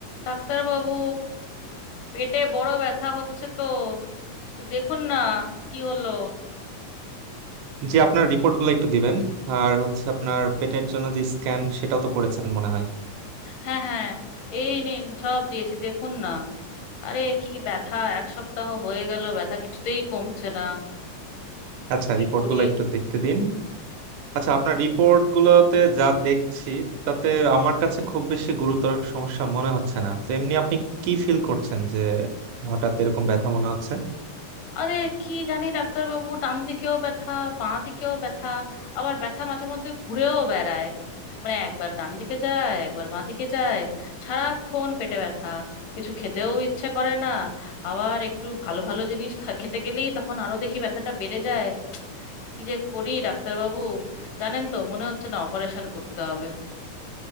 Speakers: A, on the left (about 75°); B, on the right (about 80°).
A: ডাক্তারবাবু পেটে বড় ব্যথা হচ্ছে তো একটু দেখুন না কি হলো
B: জি আপনার রিপোর্টগুলো একটু দিবেন আর হচ্ছে আপনার পেটের জন্য যে স্ক্যান সেটাও তো করেছেন মনে হয়
A: হ্যাঁ হ্যাঁ এই নিন সব দিয়েছি দেখুন না আরে কি ব্যথা এক সপ্তাহ হয়ে গেল ব্যথা কিছুতেই কমছে না
B: আচ্ছা
A: কি
B: রিপোর্টগুলো
A: করি
B: একটু দেখতে দিন আচ্ছা আপনার রিপোর্টগুলোতে যা দেখছি তাতে আমার কাছে খুব বেশি গুরুতর সমস্যা মনে হচ্ছে না তো এমনি আপনি কি ফিল করছেন যে হঠাৎ এরকম ব্যথা মনে হচ্ছে
A: আরে কি জানি ডাক্তারবাবু ডান দিকেও ব্যথা বাঁ দিকেও ব্যথা আবার ব্যথা মাঝে মধ্যে ঘুরেও বেড়ায় মানে একবার ডান দিকে যায় একবার বাঁ দিকে যায় সারাক্ষণ পেটে ব্যথা কিছু খেতেও ইচ্ছে করে না আবার একটু ভালো ভালো জিনিস খা- খেতে গেলেই তখন আরো দেখি ব্যথাটা বেড়ে যায় কি যে করি ডাক্তারবাবু জানেন তো মনে হচ্ছে না অপারেশন করতে হবে